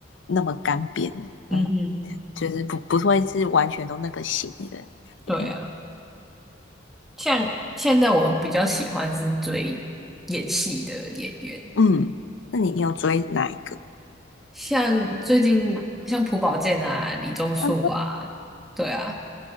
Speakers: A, on the left; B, in the centre.
A: 那么干瘪嗯，
B: 嗯嗯，
A: 就是不不会是完全都那个型的，
B: 对啊。
A: 对，
B: 像现在我比较喜欢是追演戏的演员，
A: 嗯，那你你有追哪一个？
B: 像最近像朴宝剑啊、李钟硕啊，
A: 啊，
B: 对啊，